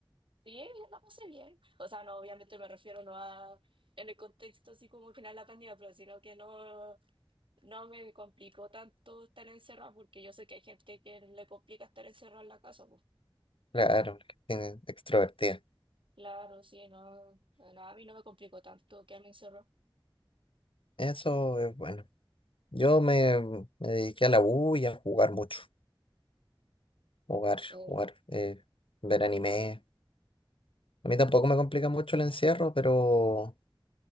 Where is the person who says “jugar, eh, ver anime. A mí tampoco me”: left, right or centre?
Left